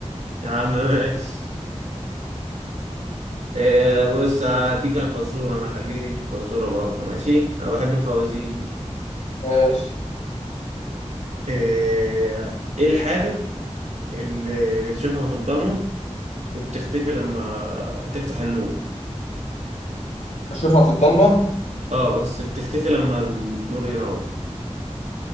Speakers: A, on the right; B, on the left.
A: يا عم ماشي إيه بص هديك أنا فزورة أنا خليك فزورة برضه ماشي أنا بحب الفوازير
B: ماشي
A: إيه إيه الحاجة اللي بتشوفها في الضلمة وبتختفي لما تفتح النور
B: أشوفها في الضلمة
A: اه بس بتختفي لما النور ينور